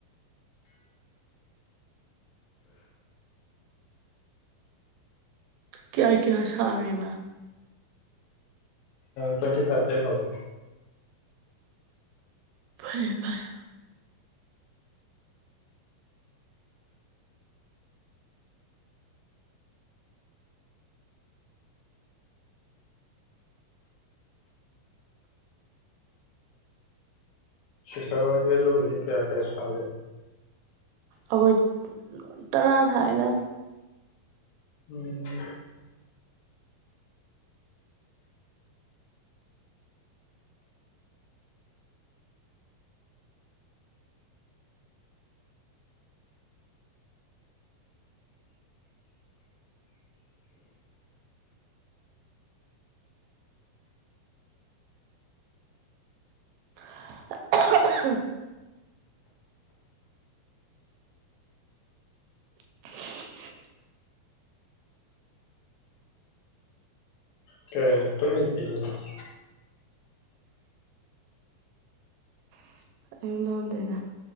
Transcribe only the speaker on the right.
ꯀꯌꯥ ꯀꯌꯥ ꯁꯥꯔꯤꯕ
ꯐꯔꯦ ꯐꯔꯦ
ꯑꯩꯈꯣꯏ ꯇꯔꯥ ꯁꯥꯏꯗ
<inaudible> <inaudible>
<unintelligible>